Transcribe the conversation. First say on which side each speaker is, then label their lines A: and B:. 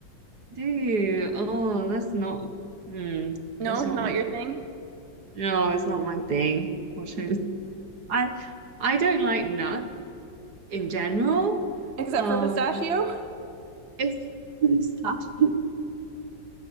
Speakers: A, on the right; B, on the right.
A: Do you? Oh, that's not hmm,
B: No,
A: that's
B: not
A: not my
B: your
A: cup
B: thing,
A: of tea. No, it's not my thing. <laughs> Unfortunately. I I don't like nuts in general.
B: except
A: Um
B: for pistachio.
A: it's <laughs> pistachio.